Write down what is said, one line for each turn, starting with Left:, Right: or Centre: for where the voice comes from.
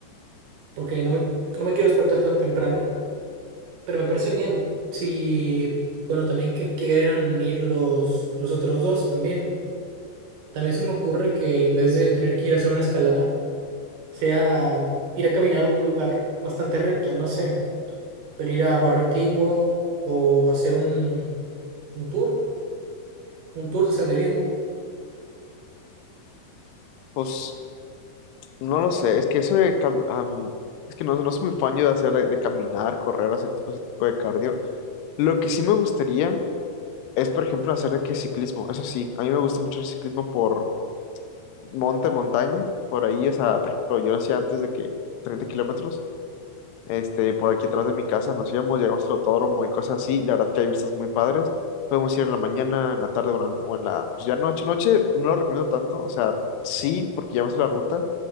Right: porque no me, no me quiero despertar tan temprano, pero me parece bien. Sí, bueno, también que quieran ir los, los otros dos también. También se me ocurre que en vez de tener que ir a hacer una escalada, sea ir a caminar a algún lugar bastante recto, no sé, poder ir a Barrio Antiguo o hacer un, un tour, un tour de senderismo.
Left: Pues no lo sé, es que eso de... cam- am, es que no, no soy muy fan yo de hacer, de, de caminar, correr, hacer tipo, ese tipo de cardio. Lo que sí me gustaría es, por ejemplo, hacer de que ciclismo. Eso sí, a mí me gusta mucho el ciclismo por monte, montaña, por ahí, o sea, por ejemplo, yo lo hacía antes de que 30 kilómetros, este, por aquí atrás de mi casa nos íbamos, llegamos al autódromo y cosas así, la verdad que hay vistas muy padres, podemos ir en la mañana, en la tarde o en, la, o en la, pues ya noche, noche, no lo recomiendo tanto, o sea, sí, porque ya me sé la ruta,